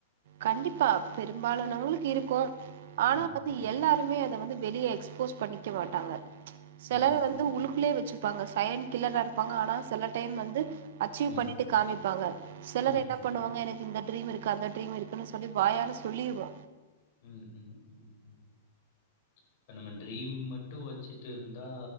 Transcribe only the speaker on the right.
கண்டிப்பா பெரும்பாலனவங்களுக்கு இருக்கு ஆனா
அது
எல்லாருமே அ தா வந்து வெளியே எக்ஸ்போஸ் பண்ணிக்க மாட்டாங்க செலர்
வந்து உள்ளுக்குள்ளயே வச்சு ப்பாங்க சைலன்ட் கில்லரா இருப்பாங்க ஆனா சில டைம் வந்து சிவ்
பண்ணிட்டு காமிப்பாங்க சிலர்
என்ன பண்ணுவாங்க எனக்கு இந்த டிரீம் இருக்கு அந்த டிரிம் இருக்கு ன்னு சொல்லி வாயால சொல்லிருவ